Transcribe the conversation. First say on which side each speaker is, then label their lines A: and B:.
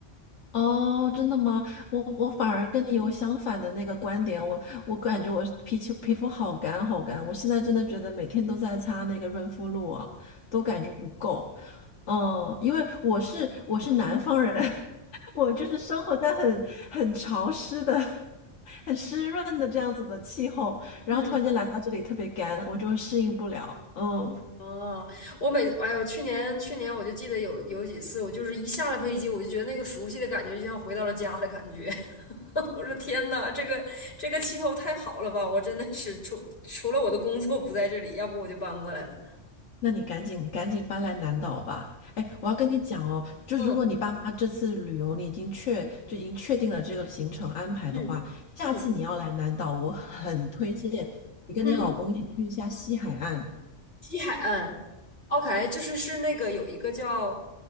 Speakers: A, on the left; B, on the left.
A: 哦，真的吗？我我反而跟你有相反的那个观点，我我感觉我皮肤皮肤好干好干，我现在真的觉得每天都在擦那个润肤露啊，都感觉不够。嗯，因为我是我是南方人，
B: <laughs>
A: <laughs> 我就是生活在很很潮湿的、<laughs> 很湿润的这样子的气候，然后突然间来到这里特别干，
B: 嗯
A: 我就适应不了。嗯。
B: 嗯，啊，我每哎呦，去年去年我就记得有有几次，我就是一下了飞机，我就觉得那个熟悉的感觉就像回到了家的感觉。<laughs> 我说天呐，这个这个气候太好了吧！我真的是除除了我的工作不在这里，要不我就搬过来了。
A: 那你赶紧赶紧搬来南岛吧。哎，我要跟你讲哦，就如果你爸妈这次旅游你已经确就已经确定了这个行程安排的话，
B: 嗯。嗯嗯
A: 下次你要来南岛，我很推荐你跟你老公一起去一下西海岸
B: 嗯，西海岸，OK，就是是那个有一个叫，